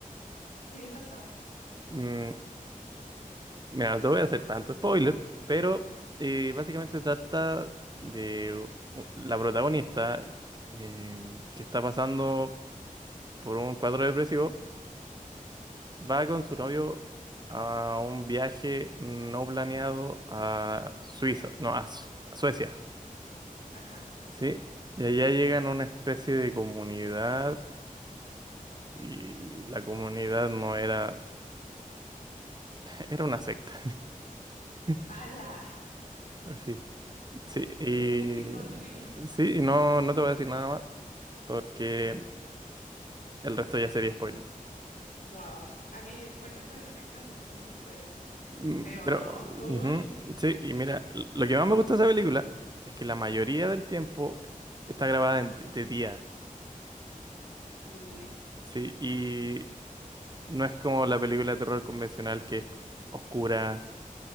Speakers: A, on the left; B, on the right.
A: ¿De qué trata?
B: Mm, mira, no te voy a hacer tanto spoiler, pero eh, básicamente trata de u- la protagonista eh, que está pasando por un cuadro depresivo va con su novio a un viaje no planeado a Suiza, no, a, Su- a Suecia,
A: Ajá.
B: ¿sí? Y allá llegan a una especie de comunidad y la comunidad no era, <laughs> era una secta. <laughs>
A: ¡Hala!
B: Sí, sí, y
A: No, qué padre.
B: sí, y no, no te voy a decir nada más porque el resto ya sería spoiler.
A: Wow. A mí, bueno, eso de la secta se me hace súper
B: Mm,
A: feo,
B: Pero,
A: ¿no?
B: ujú,
A: Uy.
B: sí, y mira, l- lo que más me gusta de esa película es que la mayoría del tiempo está grabada en- de día.
A: Uy.
B: Sí, y no es como la película de terror convencional que es oscura,